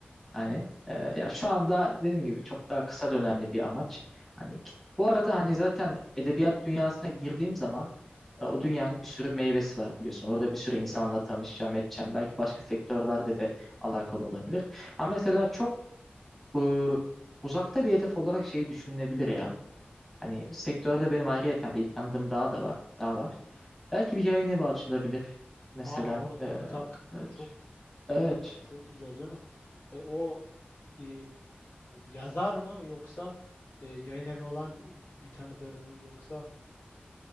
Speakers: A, in the centre; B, on the left (about 60°).
A: Hani e, ya şu anda dediğim gibi çok daha kısa dönemli bir amaç. Hani bu arada hani zaten edebiyat dünyasına girdiğim zaman E, O dünyanın bir sürü meyvesi var biliyorsun. Orada bir sürü insanla
B: Tabii canım.
A: tanışacağım, edeceğim. Belki başka sektörlerde de alakalı olabilir. Ama mesela çok e, uzakta bir hedef olarak şey düşünülebilir ya. Hani sektörde benim ayrıyeten bir ilk tanıdığım daha da var, daha
B: Hı hı.
A: var. Belki bir yayın evi açılabilir mesela.
B: Aa or-
A: E,
B: ortak
A: evet.
B: çok
A: Evet.
B: Çok güzel canım. E, o e, yazar mı yoksa e, yayın evi olan bir tanıdığın mı yoksa